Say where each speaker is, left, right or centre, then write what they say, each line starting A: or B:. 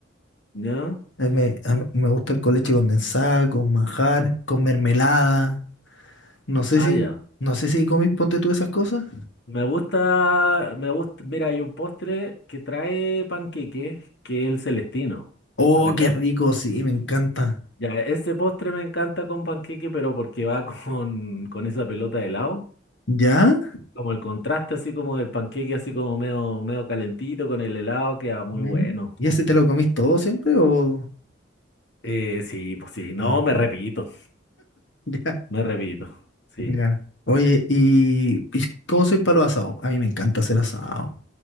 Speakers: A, on the left; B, on the left.
A: ¿ya?
B: Eh, Me, a mí me gustan con leche condensada, con manjar, con mermelada. No sé
A: Ah,
B: si,
A: ya.
B: no sé si comís, ponte tú esas cosas.
A: Me gusta, me gusta, mira, hay un postre que trae panqueque, que es el celestino.
B: Oh,
A: ¿Lo cachai?
B: qué rico, sí, me encanta.
A: Ya, ese postre me encanta con panqueque, pero porque va <laughs> con, con esa pelota de helado.
B: ¿Ya?
A: Como el contraste así como del panqueque, así como medio, medio calentito con el helado, queda muy
B: Mm.
A: bueno.
B: ¿Y ese te lo comís todo siempre o...?
A: Eh, sí, pues sí, no,
B: Ah.
A: me repito,
B: <laughs>
A: me repito, sí,
B: Ya. Oye, ¿y, y cómo soy para los asados? A mí me encanta hacer asado.